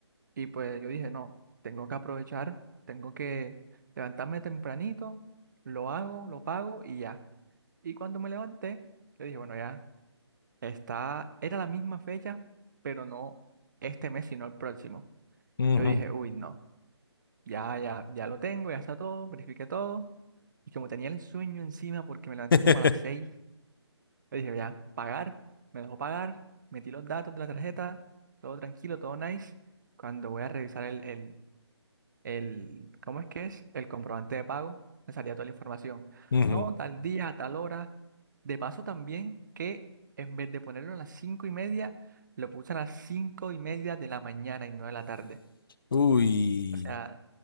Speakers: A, on the right; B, on the left.
A: Y pues yo dije, no, tengo que aprovechar, tengo que levantarme tempranito, lo hago, lo pago y ya. Y cuando me levanté, yo dije, bueno, ya está, era la misma fecha, pero no este mes, sino el próximo.
B: Ujú.
A: Yo dije, uy, no, ya, ya, ya lo tengo, ya está todo, verifiqué todo. Y como tenía el sueño encima porque me levanté
B: <laughs>
A: como a las seis Le dije, ya, pagar, me dejó pagar, metí los datos de la tarjeta, todo tranquilo, todo nice. Cuando voy a revisar el, el, el, ¿cómo es que es? El comprobante de pago, me salía toda la información.
B: Ujú.
A: No, tal día, tal hora. De paso también que en vez de ponerlo a las cinco y media, lo puse a las cinco y media de la mañana y no de la tarde.
B: Uy.
A: O sea,